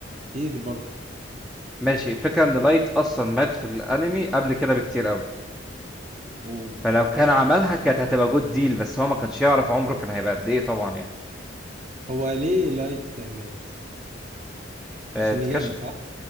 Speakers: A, on the right; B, in the centre.
A: كتير برضه
B: ماشي الفكرة إن لايت أصلا مات في الأنمي قبل كده بكتير قوي
A: و-
B: فلو كان
A: هو
B: عملها كانت هتبقى جود ديل بس هو ما كانش يعرف عمره كان هيبقى قد إيه طبعا يعني
A: هو ليه لايت مات شينيجامي
B: آه، اتكشف
A: صح